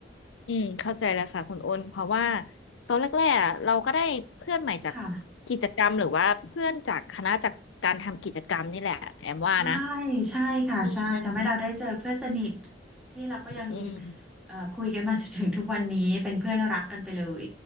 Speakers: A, on the left (about 80°); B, in the centre.
A: อืมเข้าใจแล้วค่ะคุณโอนเพราะว่าตอนแรกๆอะเราก็ได้เพื่อนใหม่จาก
B: ค่ะ
A: กิจกรรมหรือว่าเพื่อนจากคณะจากการทำกิจกรรมนี่แหละแอมว่านะ
B: ใช่ใช่ค่ะใช่ทำให้เราได้เจอเพื่อนสนิท
A: อืม
B: ที่เราก็ยัง
A: อืม
B: เอ่อคุยกันมาจนถึงทุกวันนี้เป็นเพื่อนรักกันไปเลย